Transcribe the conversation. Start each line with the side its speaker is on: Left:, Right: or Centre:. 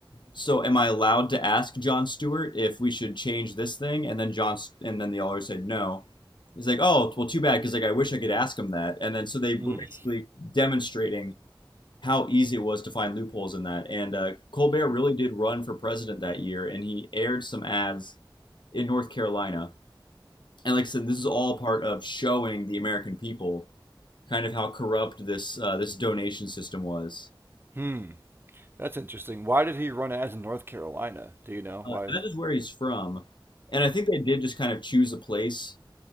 Left: so am I allowed to ask John Stewart if we should change this thing? And then John, and then the alder said no. He's like, oh, well, too bad, because like I wish I could ask him that. And then so they were
Right: Mm.
Left: basically demonstrating how easy it was to find loopholes in that. And uh, Colbert really did run for president that year, and he aired some ads in North Carolina. And like I said, this is all part of showing the American people kind of how corrupt this uh, this donation system was.
Right: Hmm. That's interesting. Why did he run ads in North Carolina? Do you know
Left: Uh,
Right: why?
Left: that is where he's from, and I think they did just kind of choose a place